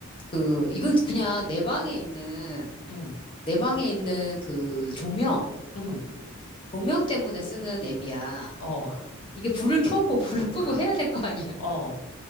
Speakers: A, on the left; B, on the left.
A: 그, 이건 그냥 내 방에 있는,
B: 응,
A: 내 방에 있는 그 조명,
B: 응,
A: 조명 때문에 쓰는 앱이야.
B: 어,
A: 이게 불을 켜고 <laughs> 불을 끄고
B: <laughs>
A: 해야 될 거 아니야.
B: 어.